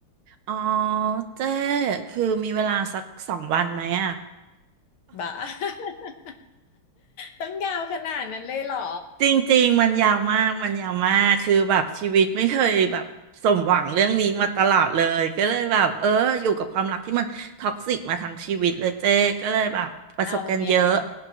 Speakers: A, on the right (about 75°); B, on the left (about 75°).
A: อ๋อเจ้คือมีเวลาสักสองวันไหมอ่ะ
B: บ้า <laughs> ต้องยาวขนาดนั้นเลยเหรอ
A: จริงๆมันยาวมากมันยาวมาก คือแบบชีวิตไม่เคยแบบสมหวังเรื่องนี้มาตลอดเลยก็เลยแบบเอออยู่กับความรักที่มันท็อกซิกมาทั้งชีวิตเลยเจ้ก็เลยแบบประสบกันเยอะ
B: เอาอย่างนี้